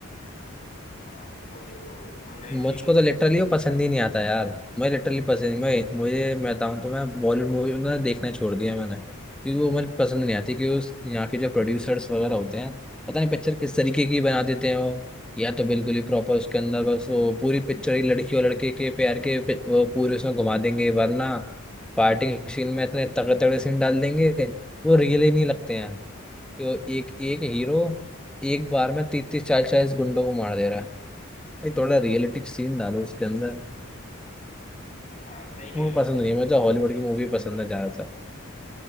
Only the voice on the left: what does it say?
हाँ तो देखो अंग्रेजी
हाँ सही कह
रहे
हो